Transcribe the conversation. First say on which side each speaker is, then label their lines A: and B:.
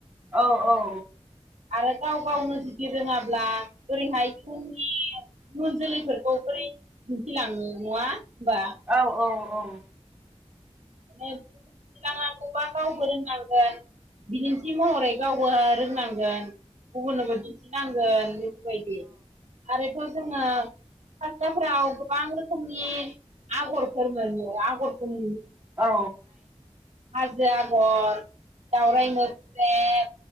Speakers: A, on the right (about 20°); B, on the right (about 80°).
A: औ औ।
B: आरो गाव गावनो जुदि रोङाब्ला ओरैहाय <unintelligible> इउन जोलैफोरखौ बोरै दिन्थिलांनो नङा? होमबा
A: औ औ। औ।
B: <unintelligible> नांगौबा गावबो रोंनांगोन। बिदिन्थि महरै गाव बो रोंनांगोन। गुबुननोबो दिन्थिनांगोन। बेफोरबायदि आरोथ' जोंङो फास्राफोराव गोबां रोखोमनि आगरफोर मोनो आगरफोरनि
A: औ।
B: हाजो आगर दावराय मोख्रेब